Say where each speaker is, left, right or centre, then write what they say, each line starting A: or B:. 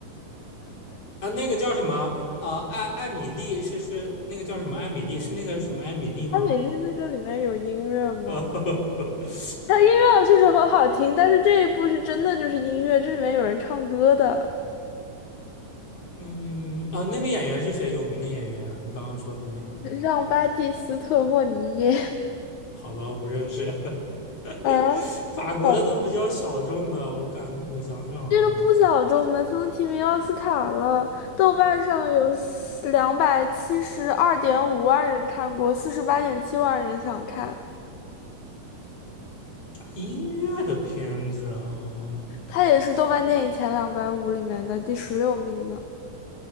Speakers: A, on the left (about 45°); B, on the left (about 70°).
A: 啊，那个叫什么？啊，艾艾米丽是是那个叫什么？艾米丽是那个什么艾米丽吗？
B: 它美丽在这里面有音乐吗？
A: <laughs>
B: 它音乐确实很好听，但是这一部是真的就是音乐，这里面有人唱歌的，
A: 嗯，啊，那个演员是谁？有名的演员？你刚刚说的那个？
B: 让巴蒂斯特·莫尼耶
A: 好吧，我不认识。<laughs>
B: <laughs> 啊，
A: 法国的都比较小众的，
B: 好，
A: 我感我想想啊，
B: 这个不小众的，他都提名奥斯卡了，豆瓣上有两百七十二点五万人看过，四十八点七万人想看，
A: 音乐的片子啊，
B: 它也是豆瓣电影前两百五里面的第十六名呢，